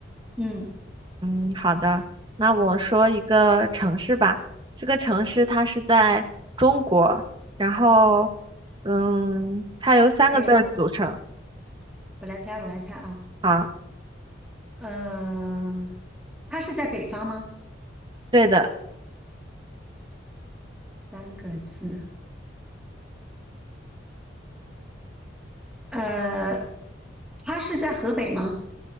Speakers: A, in the centre; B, on the right.
A: 嗯，
B: 嗯，好的，那我说一个城市吧。这个城市它是在中国，然后，嗯，它由三个字儿组成
A: 可以了，我来猜，我来猜啊。
B: 啊。
A: 呃，它是在北方吗？
B: 对的，
A: 三个字。呃，它是在河北吗？